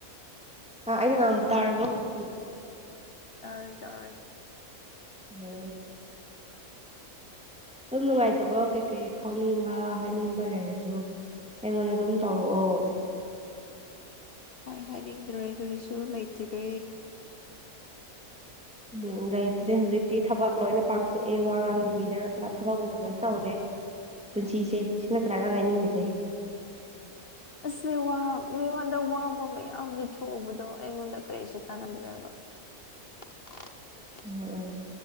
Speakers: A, in the centre; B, on the left.
A: ꯑ ꯑꯩꯅ ꯉꯥꯡꯕ ꯇꯥꯔꯕꯣ ꯍꯧꯖꯤꯛꯇꯤ
B: ꯇꯥꯔꯣꯏ ꯌꯥꯥꯔꯣꯏ
A: ꯎꯝ ꯑꯗꯨꯝ ꯅꯨꯡꯉꯥꯏꯇꯕ ꯀꯩꯀꯩ ꯐꯥꯎꯅꯤꯡꯕ ꯍꯥꯏꯅꯤꯡꯕ ꯂꯩꯔꯁꯨ ꯑꯩꯉꯣꯟꯗ ꯑꯗꯨꯝ ꯇꯧꯔꯛꯑꯣ
B: ꯍꯥꯏ ꯍꯥꯏꯅꯤꯡꯗ꯭ꯔꯨꯔꯦ ꯀꯔꯤꯁꯨ ꯂꯩꯇ꯭ꯔꯤꯕ
A: ꯎꯝ ꯂꯩꯇ꯭ꯔꯦ ꯍꯧꯖꯤꯛꯇꯤ ꯊꯕꯛ ꯂꯣꯏꯅ ꯄꯥꯡꯊꯣꯛꯑꯦ ꯋꯥ ꯉꯥꯡꯗꯕꯤꯗ ꯅꯠꯇ꯭ꯔꯥ ꯊꯕꯛ ꯑꯣꯏꯅ ꯂꯣꯏꯅ ꯇꯧꯔꯦ ꯄꯨꯟꯁꯤꯁꯦ ꯁꯤ ꯅꯠꯇ꯭ꯔꯥꯅ ꯍꯥꯏꯅꯤꯡꯉꯁꯦ
B: ꯁꯦ ꯋꯥ ꯃꯤꯉꯣꯟꯗ ꯋꯥꯕ ꯃꯌꯥꯝ ꯂꯤꯊꯣꯛꯎꯕꯗꯣ ꯑꯩꯉꯣꯟꯗ ꯀꯔꯤꯁꯨ ꯀꯥꯟꯅꯗ꯭ꯔꯦꯕ <unintelligible>
A: ꯎꯝ ꯎꯝ